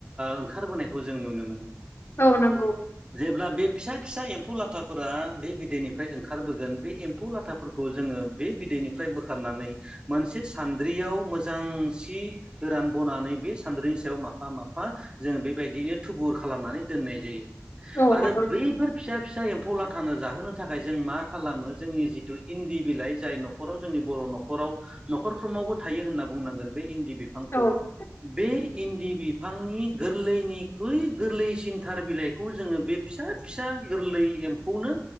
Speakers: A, on the right; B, on the left.
A: ओंखारबोनायखौ जों नुनो मोनो
B: औ नंगौ
A: जेब्ला बे फिसा फिसा एम फौ लाथाफोरा बे बिदैनिफ्राय ओंखारबोगोन बे एम्फौ लाथाफोरखौ जोङो बे बिदैनिफ्राय बोखारना नै मोनसे सान्द्रियाव मोजां सि गोरान बनानै बे सान्द्रिनि सायाव माफा-माफा जोङो बेबायदिनो थुबुर खालामनानै दोननाय जायो।
B: औ
A: आरो
B: नंगौ नोंथां
A: बैफोर फिसा फिसा एम फौ लाथानो जाहोनो थाखाय जों मा खालामो जोंनि जिथु इन्दि बिलाइ जाय न'खराव जोंनि बर' न'खराव न'खरफ्रोमावबो थायो होनना बुंनांगोन बे इन्दि बिफांखौ।
B: औ
A: बे इन्दि बिफांनि गोरलैनिख्रुइ गोरलैसिन थार बिलाइखौ जोङो बे फिसा - फिसा गोरलै एम्फौनो